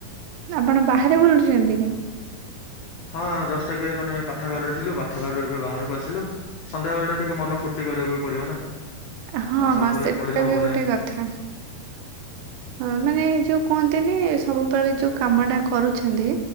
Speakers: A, on the right; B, on the left.
A: ଆପଣ ବାହାରେ ବୁଲୁଛନ୍ତି କି?
B: ହଁ ଜଷ୍ଟ ଏବେ ମାନେ ପାଠଘରରେ ଥିଲୁ ପାଠଘରରେ ଏବେ ବାହାରକୁ ଆସିଲୁ ସଧ୍ୟାବେଳ ଟା ଟିକେ ମନ ଫୁର୍ତି କରିବାକୁ ପଡିବ ନା।
A: ହଁ
B: ଆଉ ସବୁବେଳେ
A: ହଁ ସେଟା
B: ପଢିଲେ ହବ
A: ବି ଗୋଟେ
B: ନାହିଁ
A: କଥା। ହଁ ମାନେ ଯୋଉ କୁହନ୍ତିନି ସବୁବେଳେ ଯୋଉ କାମ ଟା କରୁଛନ୍ତି